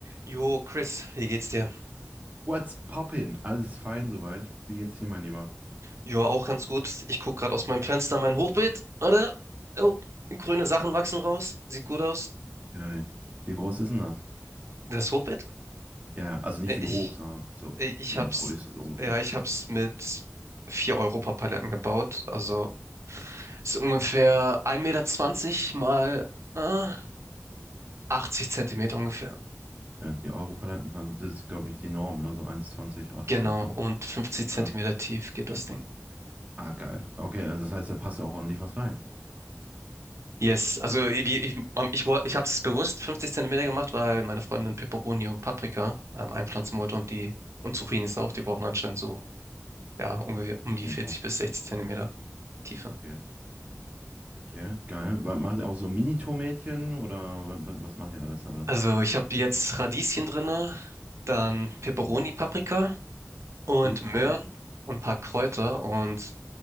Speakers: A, on the right; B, on the right.
A: Jo, Chris, wie geht's dir?
B: What's poppin? Alles ist fein soweit. Wie geht's dir, mein Lieber?
A: Jo, auch ganz gut. Ich guck gerade aus meinem Fenster mein Hochbeet. Warte. Oh, grüne Sachen wachsen raus. Sieht gut aus.
B: Geil. Wie groß ist denn das?
A: Das Hochbeet?
B: Ja, ja. also nicht
A: Äh,
B: wie
A: Ich,
B: hoch, sondern so
A: äh, ich
B: in
A: hab's,
B: Größe so ungefähr.
A: ja, ich hab's mit 4 Europapaletten gebaut. Also ist ungefähr 1,20 Meter mal ah, 80 Zentimeter ungefähr.
B: Ja, die Europaletten haben, das ist, glaube ich, die Norm, ne? So 1,20, 80,
A: Genau.
B: ne?
A: Und 50 Zentimeter
B: Ja.
A: tief geht das Ding.
B: Ah, geil. Okay, also das heißt, da passt ja auch ordentlich was rein.
A: Yes, also ich, ich, ähm, ich, woll- ich habe es bewusst 50 Zentimeter gemacht, weil meine Freundin Peperoni und Paprika ähm, einpflanzen wollte und die und Zucchinis auch, die brauchen anscheinend so, ja, ungefähr um die
B: Ja,
A: vierzig
B: boah.
A: bis sechzig Zentimeter Tiefe.
B: Okay. Okay, geil. Was, macht ihr auch so Mini-Tomätchen oder was, was macht ihr alles da drin?
A: Also ich habe jetzt Radieschen drinne, dann Peperoni,
B: Mhm.
A: Paprika und
B: Oh, geil.
A: Möhren und ein paar Kräuter und